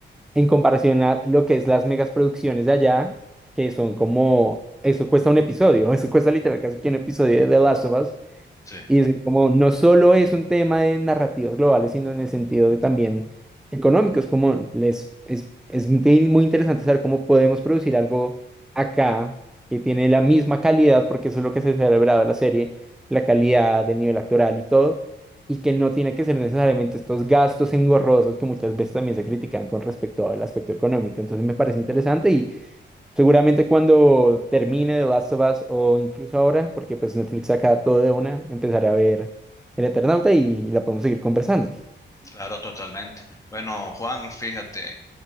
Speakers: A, in the centre; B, on the left (about 15°).
A: en comparación a lo que es las megas producciones de allá, que son como, eso cuesta un episodio, <laughs> eso cuesta literal casi que un episodio de The Last of Us.
B: Sí,
A: Y es como no solo es un tema de narrativas globales, sino en el sentido de también económicos, como les, es, es muy muy interesante saber cómo podemos producir algo acá que tiene la misma calidad, porque eso es lo que se celebraba en la serie, la calidad del nivel actoral y todo, y que no tiene que ser necesariamente estos gastos engorrosos que muchas veces también se critican con respecto al aspecto económico. Entonces me parece interesante y Seguramente cuando termine The Last of Us o incluso ahora, porque pues Netflix saca todo de una, empezaré a ver El Eternauta y, y la podemos seguir conversando.
B: claro, totalmente. Bueno, Juan, fíjate.